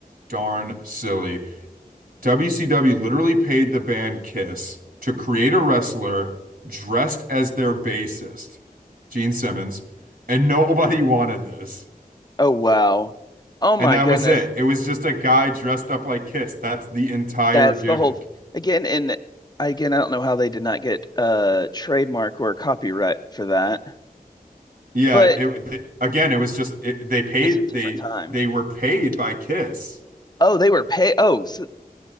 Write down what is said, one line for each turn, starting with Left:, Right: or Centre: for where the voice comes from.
Right: darn silly. WCW literally paid the band Kiss to create a wrestler dressed as their bassist, Gene Simmons, and nobody <laughs> wanted this.
Left: oh wow. Oh my
Right: And that
Left: goodness.
Right: was it. It was just a guy dressed up like Kiss. That's the entire
Left: That's
Right: gimmick.
Left: the whole th- again, and again, I don't know how they did not get a trademark or copyright for that,
Right: Yeah,
Left: but
Right: it th- again, it was just it, they paid
Left: it's a different
Right: they
Left: time.
Right: they were paid by Kiss.
Left: Oh, they were pay. Oh, so